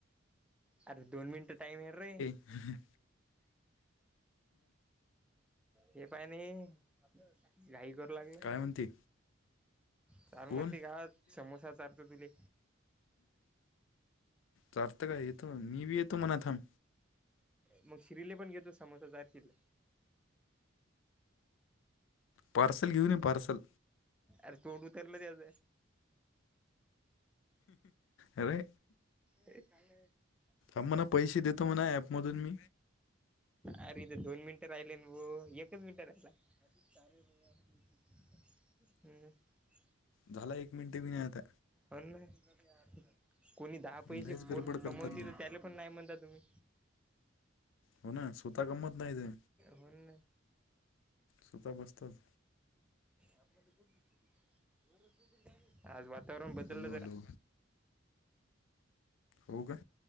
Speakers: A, in the centre; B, on the left (about 70°).
A: अरे दोन मिनटं टाइम आहे रे.
B: ह ह
A: हे पा नाही घाई करू लागलं
B: काय म्हणते
A: चाल
B: कोण
A: म्हण ते गावात सम चारत तुले
B: चारत काय येतो मी बी येतो मणा थांब.
A: मग शिरीले पण घेतो समुद्र जायचे ते.
B: पार्सल घेऊन पार्सल.
A: अर तोडूतरला ते अं
B: अरे
A: हे काण
B: ां म्हना पैसे देतो म्हणा ऍपमधून.
A: अरेथ दोन मिनिटं राहिले ना भा एकच मिनिट राहिला चार बंग ह्
B: झाला एक मिनट बी नाही आता
A: ह नाही कोणी दहा पैसे
B: लयच
A: पर
B: गडबड करतात
A: कमवते
B: ले
A: तर त्याला पण नाही म्हणता तुम्ही
B: हो ना स्वतः गमत नाही ते
A: हो ना
B: स्वतः बसतात
A: आप त कोणती ब आज वातावरण बदल
B: हॅलो हॅलो
A: जरा.
B: हो का